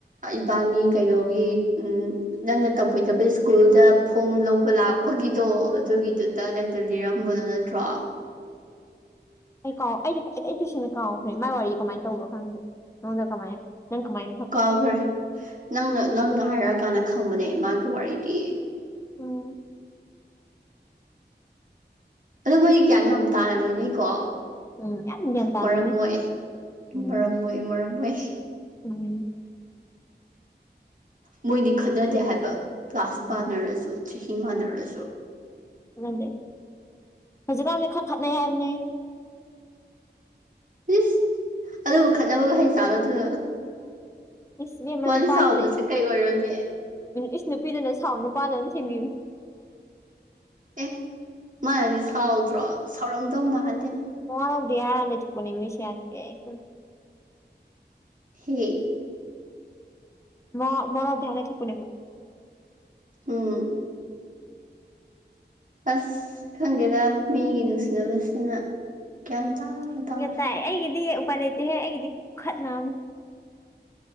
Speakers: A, on the right; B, on the left.
A: ꯏꯕꯥꯅꯤ ꯀꯩꯅꯣꯒꯤ ꯎꯝ ꯅꯪꯅ ꯇꯧꯕꯣꯏꯗꯕ ꯁ꯭ꯀꯨꯜꯗ ꯐꯣꯝ ꯂꯧꯕ ꯂꯥꯛꯄꯒꯤꯗꯣ ꯑꯗꯨꯒꯤꯗꯨ <unintelligible> ꯂꯤꯔꯝꯕꯗꯣ ꯅꯠꯇ꯭ꯔꯣ
B: ꯑꯩ ꯀꯥꯎ ꯑꯩꯗꯤ ꯑꯩ ꯇꯁꯦꯡꯅ ꯀꯥꯎꯈ꯭ꯔꯦ ꯃꯥꯏ ꯋꯥꯔꯤ ꯀꯃꯥꯏ ꯇꯧꯕꯅꯣ ꯈꯪꯗꯦ ꯅꯉꯣꯟꯗ ꯀꯃꯥꯏꯅ ꯅꯪ ꯀꯃꯥꯏ
A: ꯀꯥꯎꯈ꯭ꯔꯦ ꯅꯪꯅ ꯅꯪꯅ ꯍꯥꯏꯔꯛꯑꯀꯥꯟꯗ ꯈꯪꯕꯅꯦ ꯃꯥꯒꯤ ꯋꯥꯔꯤꯗꯤ
B: ꯎꯝ
A: ꯑꯗꯨꯕꯨ ꯑꯩ ꯒ꯭ꯌꯥꯟ ꯌꯥꯝ ꯇꯥꯅ ꯂꯣꯏꯅꯩ ꯀꯣ
B: ꯎꯝ ꯌꯥꯝ ꯒ꯭ꯌꯥꯟ ꯇꯥꯕꯅꯦ
A: ꯃꯔꯝ ꯃꯣꯛꯑꯦ
B: ꯎꯝ
A: ꯃꯔꯝ ꯃꯣꯑꯦ ꯃꯔꯝ ꯃꯣꯏ
B: ꯎꯝ
A: ꯃꯣꯏꯗꯤ ꯈꯠꯅꯗꯦ ꯍꯥꯏꯕ ꯀ꯭ꯂꯥꯁ
B: ꯎꯝ
A: ꯄꯥꯅꯔꯁꯨ ꯆꯍꯤ ꯃꯥꯟꯅꯔꯁꯨ
B: ꯈꯠꯅꯗꯦ ꯍꯧꯖꯤꯛꯀꯥꯟꯗꯤ ꯈꯔ ꯈꯠꯅꯩ ꯍꯥꯏꯕꯅꯦ
A: ꯏꯁ ꯑꯗꯨꯕꯨ ꯈꯠꯅꯕꯒ ꯍꯩ ꯖꯥꯠꯂꯣ ꯗꯨ
B: ꯏꯁ ꯏꯕꯦꯝꯃ
A: ꯃꯥꯅ
B: ꯅꯨꯄꯥꯗꯨꯅ
A: ꯁꯥꯎꯕꯁꯦ ꯀꯩ ꯑꯣꯏꯔꯝꯅꯤ
B: ꯏꯁ ꯅꯨꯄꯤꯗꯨꯅ ꯁꯥꯎ ꯅꯨꯄꯥꯗꯨꯅ ꯊꯦꯝꯕꯤꯝꯅꯤ
A: ꯑꯦ ꯃꯥꯅꯗꯤ ꯁꯥꯎꯗ꯭ꯔꯣ ꯁꯥꯎꯔꯝꯗꯧ ꯃꯥꯜ
B: ꯃꯋꯥ ꯂꯧꯗꯦ ꯍꯥꯏꯔ ꯂꯩꯊꯣꯛꯄꯅꯤ ꯃꯤ <unintelligible>
A: ꯍꯤ
B: ꯃꯥ ꯃꯋꯥ ꯂꯧꯗꯦ ꯍꯥꯏꯔ ꯂꯩꯊꯣꯛꯄꯅꯦꯕ
A: ꯎꯝ ꯑꯁ ꯈꯪꯗꯦꯗ ꯃꯤꯒꯤ ꯅꯨꯡꯁꯤꯅꯕꯁꯤꯅ ꯒ꯭ꯌꯥꯟ
B: ꯎꯝ
A: ꯇꯥꯅ ꯇꯧꯔꯦ
B: ꯒꯌꯥꯟ ꯇꯥꯏ ꯑꯩꯒꯤꯗꯤ ꯎꯄꯥꯏ ꯂꯩꯇꯦꯍꯦ ꯑꯩꯒꯤꯗꯤ ꯈꯨꯈꯠꯅꯝ